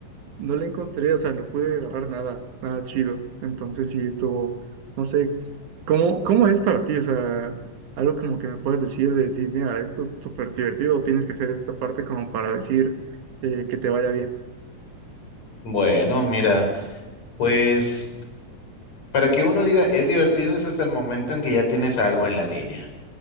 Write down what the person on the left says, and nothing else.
Bueno, mira. Pues para que uno diga es divertido es hasta el momento en que ya tienes algo en la línea.